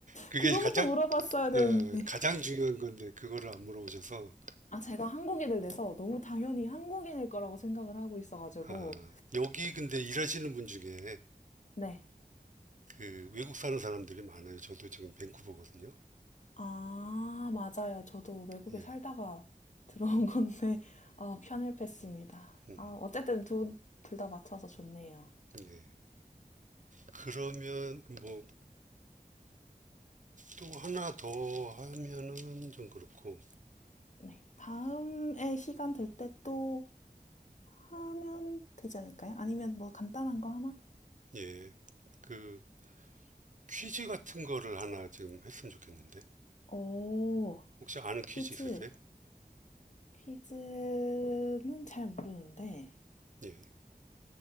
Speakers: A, on the right; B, on the left.
A: 그게
B: 그거부터
A: 가장
B: 물어봤어야 되는데.
A: 어, 가장 중요한 건데 그거를 안 물어보셔서
B: 아, 제가 한국인을 내서 너무 당연히 한국인일 거라고 생각을 하고 있어가지고.
A: 아, 여기 근데 일하시는 분 중에
B: 네.
A: 그 외국 사는 사람들이 많아요. 저도 지금 밴쿠버거든요.
B: 아, 맞아요. 저도 외국에
A: 예.
B: 살다가 <laughs> 들어온 건데, 아, 편을했습니다
A: 음,
B: 아, 어쨌든 두, 둘 다 맞춰서 좋네요.
A: 네. 그러면 뭐 또 하나 더 하면은 좀 그렇고
B: 네. 다음에 시간 될 때 또 하면 되지 않을까요? 아니면 뭐 간단한 거 하나?
A: 예. 그 퀴즈 같은 거를 하나 지금 했으면 좋겠는데
B: 오,
A: 혹시 아는 퀴즈
B: 퀴즈.
A: 있으세요?
B: 퀴즈는 잘 모르는데,
A: 예.